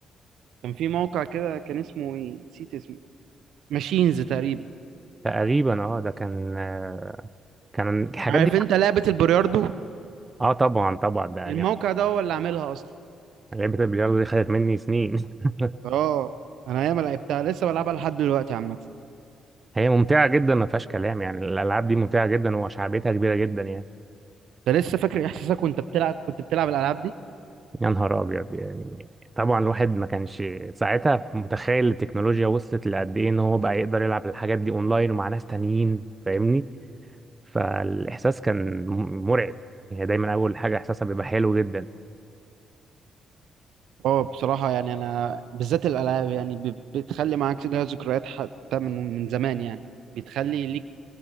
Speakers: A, on the right; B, on the right.
A: كان في موقع كده كان اسمه ايه نسيت اسمه ماشينز تقريبا
B: تقريبا اه ده كان آه، كان الحاجات
A: عارف
B: دي
A: انت لعبه البلياردو
B: اه طبعا طبعا ده يعني
A: الموقع ده هو اللي عاملها اصلا
B: لعبة البلياردو دي خدت مني سنين <laughs>
A: اه انا ياما لعبتها لسه بلعبها لحد دلوقتي عامه
B: هي ممتعة جدا ما فيهاش كلام يعني الألعاب دي ممتعة جدا وشعبيتها كبيرة جدا يعني
A: انت لسه فاكر احساسك وانت بتلعب كنت بتلعب الالعاب دي
B: يا نهار ابيض يعني طبعا الواحد ما كانش ساعتها متخيل التكنولوجيا وصلت لقد ايه ان هو بقى يقدر يلعب الحاجات دي اونلاين ومع ناس تانيين فاهمني فالاحساس كان م- مرعب هي دايما اول حاجه احساسها بيبقى حلو جدا
A: اه بصراحة يعني أنا بالذات الألعاب يعني ب- بتخلي معاك ليها ذكريات حتى من من زمان يعني بتخلي ليك